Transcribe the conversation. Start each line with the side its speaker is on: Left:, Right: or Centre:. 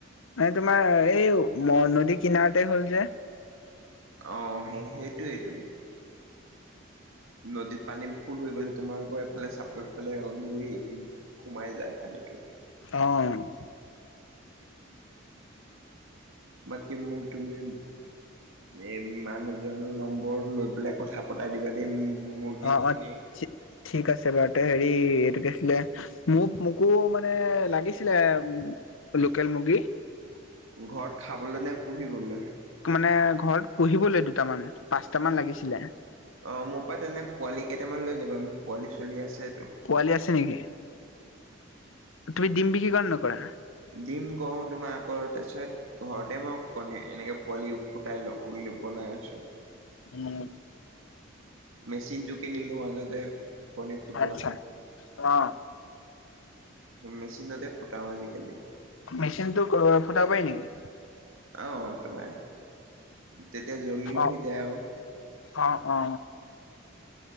Left: মানে তোমাৰ এই মৰ নদী কিনাৰতে হ'ল যে।
Right: অ', সেইটোৱেই টো। নদীত পানী ফোল হৈ গ'লে তোমালোকৰ এইফালে চাপ এইফালে ঘূৰি। সোমাই যায় পানীটো।
Left: অ'।
Right: বাকী মোক তুমি এই মানুহজনৰ নম্বৰ লৈ পেলাই কথা পতাই দিবা দেই। মুৰ্গী
Left: অ',
Right: খিনি
Left: অ', ঠিক আছে বাৰু তে হেৰি এইটো কি আছিলে! মোক-মোকো মানে লাগিছিলে লোকেল মুৰ্গী।
Right: ঘৰত খাবলৈ নে পুহিবলৈ?
Left: মানে ঘৰত পুহিবলৈ দুটামান- পাঁচটামান লাগিছিলে!
Right: অ', মোৰ পা তেন্তে পোৱালি কেইটামান লৈ যাবা, মোৰ পোৱালি চোৱালী আছেটো।
Left: পোৱালি আছে নেকি? তুমি দিম বিক্ৰী কৰা নে নকৰা?
Right: দিম কৰোঁ, তোমাৰ আকৌ তাৰপাছত ঘৰতে মই কণী এনেকে পোৱালি ফুটাই লওঁ, <unintelligible> বনাই আছোঁ।
Left: উম।
Right: মেচিনটো কিনিলোঁ মাজতে কণী ফুটোৱা।
Left: আচ্ছা অ
Right: মেচিনতে ফুটাও আজিকালি।
Left: মেচিন টো ফুটাব পাৰে নেকি?
Right: আহ, তোমাৰ তেতিয়া জল্দি
Left: অ
Right: হৈ যায় আৰু।
Left: অ', অ'।